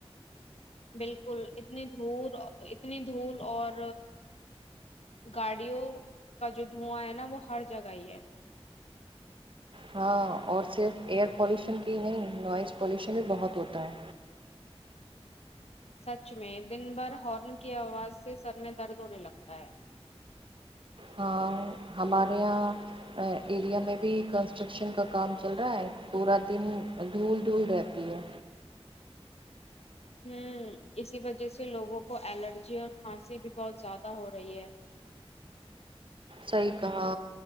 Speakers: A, on the left (about 75°); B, on the right (about 55°).
A: بالکل اتنی دھول اتنی دھول اور گاڑیوں کا جو دھواں ہے ناں وہ ہر جگہ ہی ہے
B: ہاں اور صرف ایئر پولیوشن کی ہی نہیں نوائز پولیوشن بھی بہت ہوتا ہے
A: سچ میں دن بھر ہارن کی آواز سے سر میں درد ہونے لگتا ہے
B: ہاں ہمارے یہاں ایریا میں بھی کنسٹرکشن کا کام چل رہا ہے پورا دن دھول دھول رہتی ہے
A: ہوں اسی وجہ سے لوگوں کو الرجی اور کھانسی بھی بہت زیادہ ہو رہی ہے
B: صحیح کہا